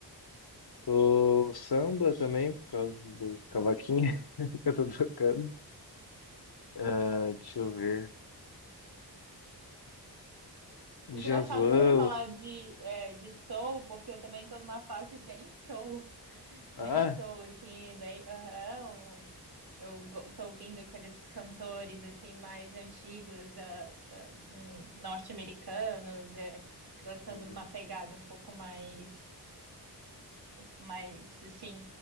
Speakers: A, on the left; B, on the right.
A: Tô samba também, por causa do cavaquinho <laughs> que eu tô tocando. Ah, deixa eu ver.
B: Engraçado
A: Djavan,
B: você falar de, eh, de soul, porque eu também estou numa fase bem soul.
A: ah,
B: Bem sou, assim, bem. Aham. eu go- tô ouvindo aqueles cantores, assim, mais antigos, ah, ah, hum, norte-americanos, eh, gostando
A: tem,
B: de uma pegada um pouco mais. mais assim,